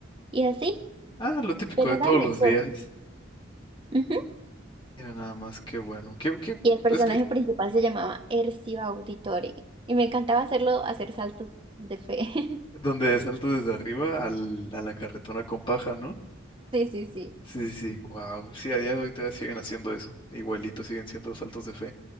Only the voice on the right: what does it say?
y así,
pero
era
muy
chévere.
Ujú.
Y el personaje
principal se llamaba Ercio Auditore y me encantaba hacerlo hacer saltos de fe. <laughs>
Sí, sí, sí.